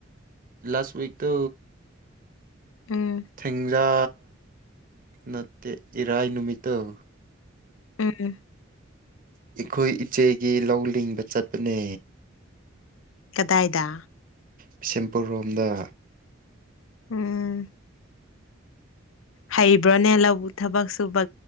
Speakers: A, on the right (about 45°); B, on the left (about 85°).
A: ꯂꯥꯁ ꯋꯤꯛ ꯇ
B: ꯎꯝ
A: ꯊꯦꯡꯖꯥ ꯅꯠꯇꯦ ꯏꯔꯥꯏ ꯅꯨꯃꯤꯠꯇꯧ
B: ꯎꯝ
A: ꯑꯩꯈꯣꯏ ꯏꯆꯦꯒꯤ ꯂꯧ ꯂꯤꯡꯕ ꯆꯠꯄꯅꯦ
B: ꯀꯗꯥꯏꯗ
A: ꯕꯤꯁꯦꯝꯄꯨꯔ ꯔꯣꯝꯗ
B: ꯎꯝ ꯍꯩꯕ꯭ꯔꯣꯅꯦ ꯂꯧꯕ ꯊꯕꯛ ꯁꯨꯕ